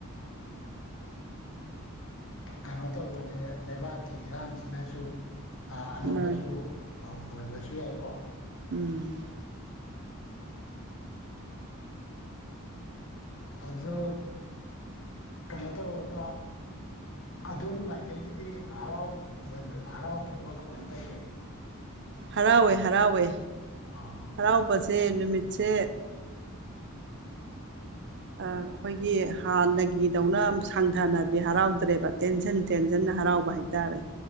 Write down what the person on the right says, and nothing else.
ꯃꯥꯅꯦ
ꯎꯝ
ꯍꯔꯥꯎꯋꯦ ꯍꯔꯥꯎꯋꯦ
ꯍꯔꯥꯎꯕꯁꯦ ꯅꯨꯃꯤꯠꯁꯦ ꯑꯩꯈꯣꯏꯒꯤ ꯍꯥꯟꯅꯒꯤꯗꯧꯅ ꯁꯥꯡꯊꯅꯗꯤ ꯍꯔꯥꯎꯗ꯭ꯔꯦꯕ ꯇꯦꯟꯁꯟ ꯇꯦꯟꯖꯟꯅ ꯍꯔꯥꯎꯕ ꯍꯥꯏꯇꯥꯔꯦ